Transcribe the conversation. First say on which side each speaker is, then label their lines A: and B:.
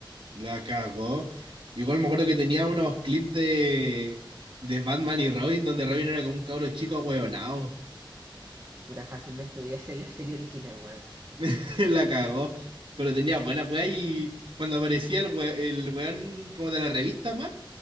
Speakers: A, on the right; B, on the right.
A: La cagó. Igual me acuerdo que tenía unos clips de, de Batman y Robin, donde Robin era como un cabro chico ahueonado.
B: Puta, fácilmente podría ser la serie original, weón.
A: <laughs> La cagó. Pero tenía buena weá y cuando aparecía el, we- el weón como de la revista, Matt,